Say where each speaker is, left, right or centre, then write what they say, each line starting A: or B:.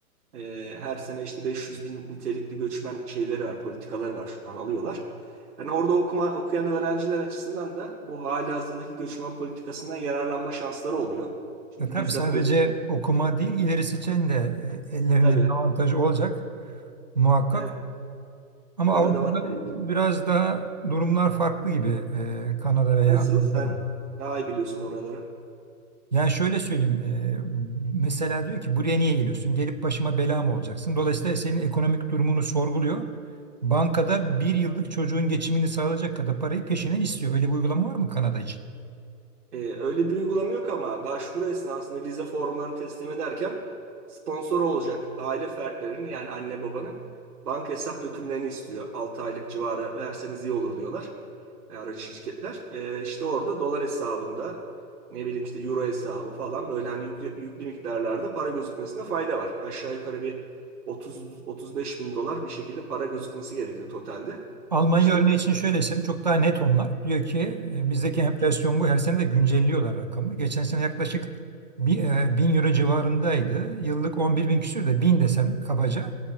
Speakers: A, on the right; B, on the right.
A: Ee, her sene işte 500 bin nitelikli göçmen şeyleri var, politikaları var şu an alıyorlar. Hani orada okuma, okuyan öğrenciler açısından da bu halihazırdaki göçmen politikasından yararlanma şansları oluyor. Çünkü
B: ya tabii
A: bizzat
B: sadece
A: gözüküyor.
B: okuma değil ilerisi için de e, ellerinde
A: Tabii.
B: bir avantajı olacak muhakkak.
A: Evet.
B: Ama
A: Kanada
B: Avrupa'da
A: vatandaşı.
B: biraz daha durumlar farklı gibi e, Kanada veya
A: Nasıl?
B: Amerika'da.
A: Sen daha iyi biliyorsun oraları.
B: Yani şöyle söyleyeyim. e, mesela diyor ki buraya niye geliyorsun? Gelip başıma bela mı olacaksın? Dolayısıyla senin ekonomik durumunu sorguluyor. Bankada bir yıllık çocuğun geçimini sağlayacak kadar parayı peşinen istiyor. Öyle bir uygulama var mı Kanada için?
A: Ee, öyle bir uygulama yok ama başvuru esnasında vize formlarını teslim ederken sponsor olacak aile fertlerinin yani anne babanın banka hesap dökümlerini istiyor. altı aylık civarı verseniz iyi olur diyorlar e, aracı şirketler. Ee, işte orada dolar hesabında ne bileyim işte euro hesabı falan böyle hani yüklü, yüklü miktarlarda para gözükmesine fayda var. Aşağı yukarı bir 30-35 bin dolar bir şekilde para gözükmesi gerekiyor totalde.
B: Almanya
A: İşte
B: örneği
A: bir...
B: için şöyle desem çok daha net onlar. Diyor ki e, bizdeki
A: Hı,
B: enflasyon bu her sene de güncelliyorlar rakamı. Geçen sene yaklaşık bi- e, 1000 euro civarındaydı. Yıllık 11 bin küsür de 1000 desen kabaca.